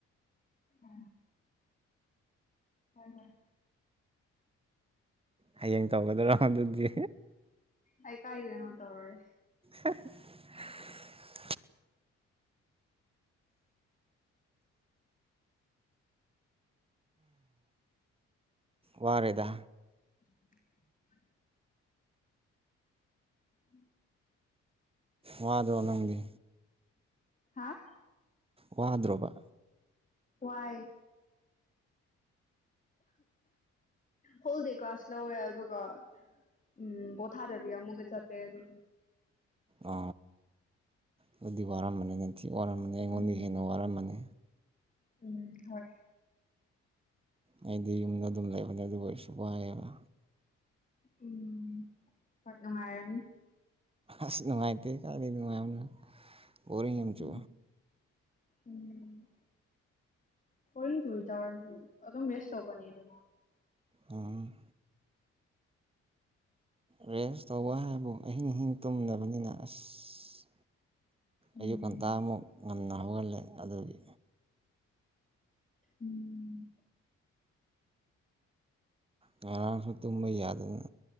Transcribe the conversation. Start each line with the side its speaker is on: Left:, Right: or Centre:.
Left: ꯎ ꯍꯣꯏ ꯍꯣꯏ
Right: ꯍꯌꯦꯡ ꯇꯧꯒꯗꯔꯣ ꯑꯗꯨꯗꯤ
Left: ꯑꯩ ꯀꯥꯏꯗꯦꯅꯣ ꯇꯔꯔꯦ
Right: <inaudible> ꯋꯥꯔꯦꯗ
Left: <inaudible> ꯎꯝ
Right: ꯋꯥꯗ ꯑꯅꯝꯒꯤ
Left: ꯍꯥꯥ
Right: ꯋꯥꯗ꯭ꯔꯕ
Left: ꯋꯥꯏ ꯍꯣꯜ ꯗ ꯀ꯭ꯂ ꯀ꯭ꯂꯥꯁ ꯂꯧꯋꯦ ꯑꯗꯨꯒ ꯎꯝ ꯀꯣꯊꯥꯗꯕꯤ ꯑꯃꯨꯛ ꯆꯠ ꯂꯩꯒꯦꯒ
Right: ꯑ ꯑꯗꯨꯗꯤ ꯋꯥꯔꯝꯕꯅꯤꯅ ꯊꯤ ꯋꯥꯔꯝꯃꯅꯤ ꯑꯩꯉꯣꯟꯗ
Left: ꯎꯝ
Right: ꯍꯦꯟꯅ ꯋꯥꯔꯃꯅꯤ
Left: ꯎꯝ ꯍꯣꯏ
Right: ꯑꯩꯗꯤ ꯌꯨꯝꯗ ꯑꯗꯨꯝ ꯂꯩꯕꯅꯦ ꯑꯗꯨꯕꯨ ꯑꯣꯏꯔꯁꯨ ꯋꯥꯏꯑꯕ
Left: ꯎꯝ ꯍꯣꯏ ꯅꯨꯡꯉꯥꯏꯔꯝꯅꯤ
Right: ꯑꯁ ꯅꯨꯡꯉꯥꯏꯇꯦ ꯀꯗꯤ ꯅꯨꯡꯉꯥꯏꯕꯅ ꯕꯣ ꯌꯥꯝꯆꯨ
Left: ꯎꯝ ꯎꯝ ꯄꯣꯏꯟ ꯇꯨ ꯇꯧꯔꯁꯨ ꯑꯗꯨꯝ ꯋꯦꯁ ꯇꯧꯕꯅꯤꯅ
Right: ꯎꯝ ꯔꯦꯁ ꯇꯧꯕ ꯍꯥꯏꯕꯨ ꯑꯍꯤꯡ ꯑꯍꯤꯡ ꯇꯨꯝꯗꯕꯅꯤꯅ ꯑꯁ
Left: ꯎꯝ
Right: ꯑꯌꯨꯛ ꯉꯟꯇꯥꯃꯨꯛ ꯉꯟꯅ ꯍꯧꯒꯜꯂꯦ ꯑꯗꯨꯒꯤ
Left: ꯎꯝ
Right: ꯉꯔꯥꯡꯁꯨ ꯇꯨꯝꯕ ꯌꯥꯗꯅ